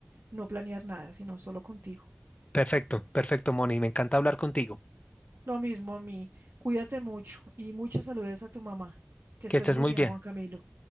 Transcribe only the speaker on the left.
Perfecto, perfecto, Moni, me encanta hablar contigo.
Que
estés
muy
bien.